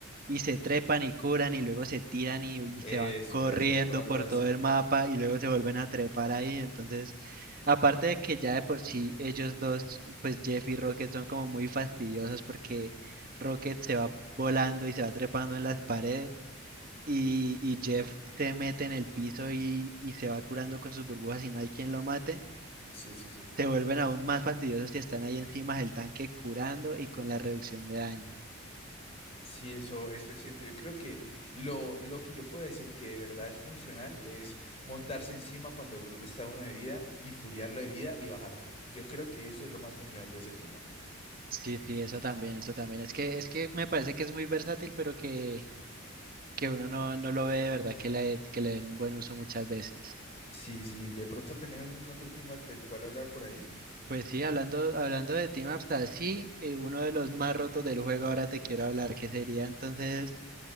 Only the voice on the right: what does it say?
y se trepan y curan y luego se tiran y, y
se van corriendo
por
todo el mapa y luego se vuelven a trepar ahí. Entonces, aparte de que ya de por sí ellos dos, pues Jeff y Rocket son como muy fastidiosos porque Rocket se va volando y se va trepando en las paredes y, y Jeff se mete en el piso y, y se va curando con sus burbujas y no hay quien lo mate,
se vuelven aún más fastidiosos si están ahí encima del tanque curando y con la reducción de daño.
Sí, sí, eso también, eso también. Es que, es que me parece que es muy versátil, pero que, que uno no, no lo ve de verdad que le, que le den un buen uso muchas veces.
Pues sí, hablando, hablando de Team Ups, así, eh, uno de los más rotos del juego ahora te quiero hablar, que sería entonces,